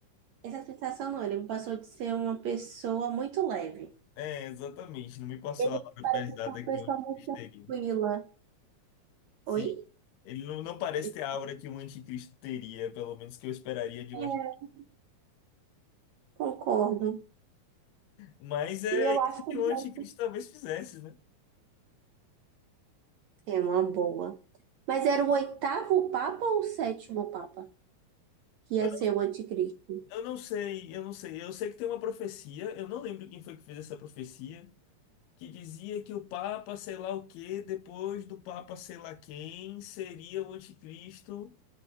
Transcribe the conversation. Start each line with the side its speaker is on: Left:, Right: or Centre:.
Right: essa sensação, não. Ele me passou de ser uma pessoa muito leve.
Left: É, exatamente. Não me passou
Right: Ele
Left: a aura pesada
Right: é uma pessoa
Left: que o anticristo
Right: muito
Left: teria.
Right: tranquila.
Left: Sim,
Right: Oi?
Left: ele não, não parece
Right: Eu
Left: ter a aura que um anticristo teria, pelo menos que eu esperaria de um anticristo.
Right: é, concordo.
Left: Mas é
Right: E eu
Left: isso
Right: acho que
Left: que
Right: ele
Left: o anticristo
Right: vai-
Left: talvez fizesse, né?
Right: é uma boa. Mas era o oitavo Papa ou o sétimo Papa que ia
Left: Eu,
Right: ser o anticristo?
Left: eu não sei, eu não sei. Eu sei que tem uma profecia, eu não lembro quem foi que fez essa profecia, que dizia que o Papa sei lá o quê, depois do Papa sei lá quem, seria o anticristo.